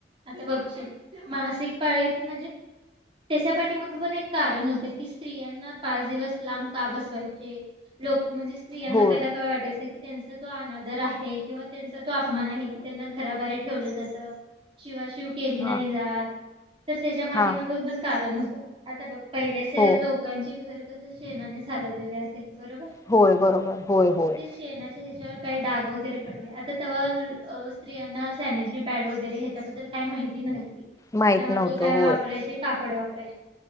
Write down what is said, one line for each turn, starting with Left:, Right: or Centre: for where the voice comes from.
Right: आता बघशील मासिक पाळीत म्हणजे त्याच्या पाठी मग पण एक कारण होत की स्त्रियांना पाच दिवस लांब का बसवायचे लोक म्हणजे स्त्रियांना
Left: होय
Right: पहिला काय वाटायचं की त्यांचा तो अनादर आहे किंवा त्यां तो अपमान आहे, की त्यांना घराबाहेर ठेवलं जातं, शिवाशिव केली नाही
Left: हा
Right: जात. तर त्याच्या माठी
Left: हा
Right: मग पण कारण होतं आता बघ पहिल्याचे
Left: हो
Right: लोक लोकांची घर कसे शचेनाने सारवलेली असायचे बरोबर.
Left: होय बरोबर! होय, होय!
Right: शेनाच्या ह्याच्यावर काय डग वैगेरे पडले आता तवा स्त्रियांना सॅनिटरी पॅड वगैरे ह्याच्याबद्दल काही माहिती नव्हती.
Left: माहित
Right: तेव्हा
Left: नव्हतं
Right: ते काय
Left: होय
Right: वापरायचे कापड वापरायचे